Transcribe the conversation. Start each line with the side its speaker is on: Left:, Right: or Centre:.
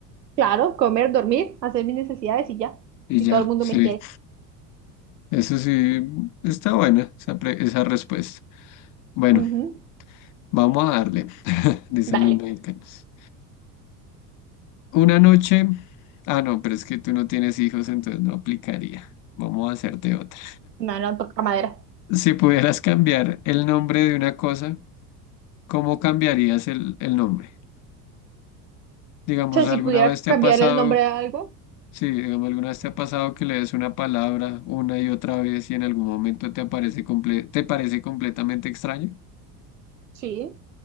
Right: Claro, comer, dormir, hacer mis necesidades y ya.
Left: y
Right: Y
Left: ya,
Right: todo el mundo
Left: sí,
Right: me quiere.
Left: eso sí, está buena esa, pre- esa respuesta. Bueno,
Right: Ujú.
Left: vamos a darle, <laughs> dicen
Right: Dale,
Left: los mexicanos. Una noche. Ah, no, pero es que tú no tienes hijos, entonces no aplicaría. Vamos a hacerte otra.
Right: no, no toca madera.
Left: Si pudieras cambiar el nombre de una cosa, ¿cómo cambiarías el, el nombre? Digamos,
Right: O sea, si
Left: ¿alguna
Right: pudiera
Left: vez te
Right: cambiar
Left: ha pasado,
Right: el nombre a algo.
Left: sí, digamos, alguna vez te ha pasado que le des una palabra una y otra vez y en algún momento te aparece comple- te parece completamente extraño?
Right: Sí,